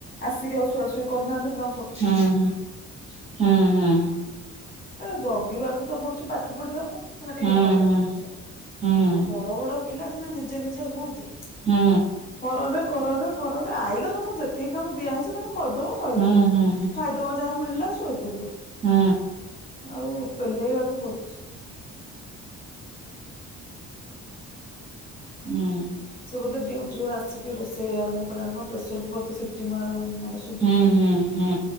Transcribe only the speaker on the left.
ଆସିକି ଆଉ ସୁଆ ସୁଇ କରିନାହାନ୍ତି ନ
ଏ ଜଗିବାକୁ ତ ପଡୁଚି ପାଠ ପଢିବାକୁ ଭାରି
ହଇରାଣ
ମଣିଷ
ଆଉ ବଡ ବଡ ପିଲା ସିନା ନିଜେ ନିଜେ ହୁଅନ୍ତେ।
କରରେ କରରେ କରରେ ଆଇଲ ତମକୁ ଯେତିକି କାମ ଦିଆ ହେଇଚି ତମେ କରଦବ ଶ ଶଇଲା
ଖାଇଦବ ଯାହା ମିଳିଲା ଶୋଇପଡିବ।
ଆଉ ତେଲେଇବାକୁ ପଡୁଛି।
ସେ ବୋଧେ ଡିଉଟିରୁ ଆସିକି ରୋଷେଇ ଆରମ୍ଭ କଲାଣି କଣ ପ୍ରେସର୍ କୁକର ତ ସିଟି ମା ମାନେ ଶୁଭୁଛି।